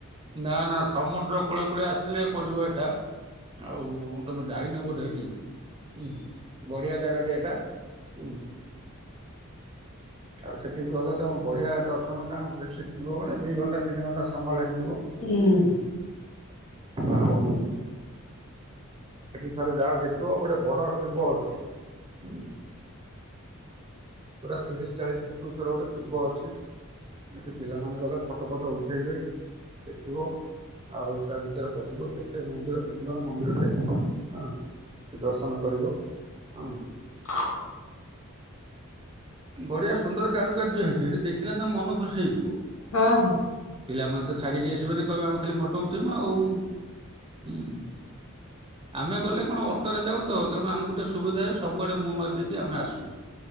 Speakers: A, on the right; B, on the left.
A: ନା ନା ସମୁଦ୍ର କୂଳେ କୂଳେ ଆସିଲେ ପଡିବ ଏଟା, ଆଉ ତମେ ଯାଇନ ବୋଧେ ସେଠିକି। ହୁଁ ବଢିଆ ଜାଗା ଟା ଏଇଟା ହୁଁ। ଆଉ ସେଠିକି ଗଲେ ତମ ବଢିଆ ଦର୍ଶନ ତାଙ୍କ ସେଠ ଯିବ ମାନେ ଦି ଘଣ୍ଟା ତିନି ଘଣ୍ଟା ସମୟ ଲାଗିଯିବ,
B: ହୁଁ
A: ହୁ ଆଉ ସେଠି ଥରେ ଯାଅ ଦେଖିବ ଗୋଟେ ବଡ ଶିବ ଅଛି, ହୁଁ। ପୁରା ତିରିଶ ଚାଳିଶ ଫୁଟ ଉଚ୍ଚର ଗୋଟେ ଶିବ ଅଛି, ସେଠି ପିଲାମାନେେ ଗଲେ ଫଟୋ ଫଟ ଉଠେଇବେ ଦେଖିବ, ଆଉ ତା ଭିତରେ ପଶିବ କେତେ ମନ୍ଦିର ସୁନ୍ଦର ମନ୍ଦିରଟେ, ହଁ ସେ ଦର୍ଶନ କରିବ ହୁଁ।
B: ହ
A: ବଢିଆ ସୁନ୍ଦର କାରୁକାର୍ଯ୍ୟ ହେଇଛି ସେଠି ଦେଖିଲେ ତମେ ମନ ଖୁସି ହେଇଯିବ।
B: ହଁ ହଁ।
A: ପିଲାମାନେ ତ ଛାଡିକି ଆସିବେନି କହିବେ ଆମ ଖାଲି ଫଟୋ ଉଠେଇମୁ ଆଉ ହୁଁ। ଆମେ ଗଲେ କଣ ଅଟୋରେ ଯାଉ ତ ତେଣୁ ଆମକୁ ଟିକେ ସୁବିଧା ହୁଏ ସବୁଆଡେ ମୁହଁ ମାରିଦେଇକି ଆମେ ଆସୁ।